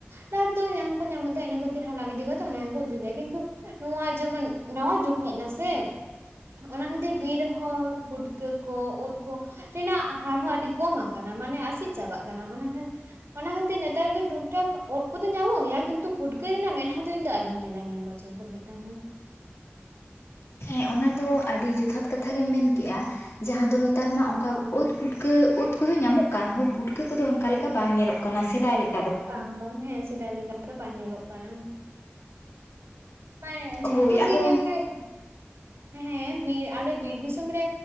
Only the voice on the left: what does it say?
ᱦᱮᱸ ᱚᱱᱟ ᱫᱚ ᱟᱹᱰᱤ ᱡᱚᱛᱷᱟᱛ ᱠᱟᱛᱷᱟ ᱜᱮᱢ ᱢᱮᱱᱠᱮᱜᱼᱟ᱾ ᱡᱟᱦᱟᱸ ᱫᱚ ᱱᱮᱛᱟᱨ ᱢᱟ ᱚᱝᱠᱟ ᱩᱫ ᱯᱩᱴᱠᱟᱹ ᱩᱫ ᱠᱚᱫᱚ ᱧᱟᱢᱚᱜ ᱠᱟᱱ ᱨᱮᱦᱚᱸ ᱯᱩᱴᱠᱟᱹ ᱠᱚᱫᱚ ᱚᱱᱠᱟ ᱞᱮᱠᱟ ᱵᱟᱝ ᱧᱮᱞᱚᱜ ᱠᱟᱱᱟ ᱥᱮᱫᱟᱭ ᱞᱮᱠ
ᱦᱳᱭ ᱟᱫᱚ